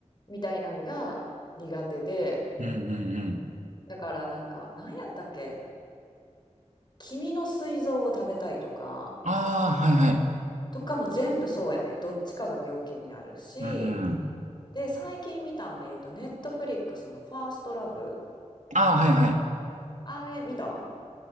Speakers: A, on the left; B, on the right.
A: みたいなんが苦手で、
B: うん、うん、うん。
A: だからなんか、何やったっけ君の膵臓を食べたいとか、
B: ああ、はい、はい。
A: とかも全部そうやね。どっちかが病気になるし、
B: うん、あ
A: で、最近見たんで言うと、ネットフリックスのファーストラブ
B: あ、はい、はい。
A: あれ見た